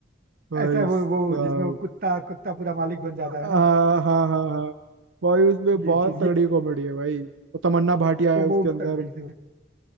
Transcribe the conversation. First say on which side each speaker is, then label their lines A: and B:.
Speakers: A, on the right (about 80°); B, on the right (about 50°).
A: भाई
B: ऐसा वो
A: साहब
B: वो जिसमें वो कुत्ता कुत्ता पूरा मालिक बन जाता है
A: हाँ
B: ना
A: हाँ हाँ हाँ भाई उसमें बहुत
B: ये चीज
A: तगड़ी
B: ये
A: कॉमेडी है भाई वो तमन्ना भाटिया
B: वो
A: है उसके
B: वो बहुत
A: अंदर
B: तगड़ी से